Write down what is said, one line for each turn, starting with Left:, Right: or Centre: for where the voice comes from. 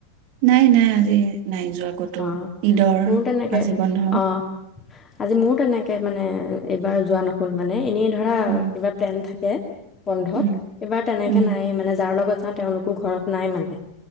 Right: নাই নাই আজি নাই যোৱা ক'তো,
Left: অঁ
Right: ঈদৰ
Left: মোৰো তেনেকৈ
Right: আজি বন্ধ।
Left: অঁ আজি মোৰ তেনেকে মানে এইবাৰ যোৱা নহল মানে এনেই ধৰা
Right: উম
Left: কিবা প্লেন থাকে। তে বন্ধত?
Right: উম
Left: এইবাৰ তেনেকে
Right: উম
Left: নাই মানে যাৰ লগত অ তেওঁলোকো ঘৰত নাই মানে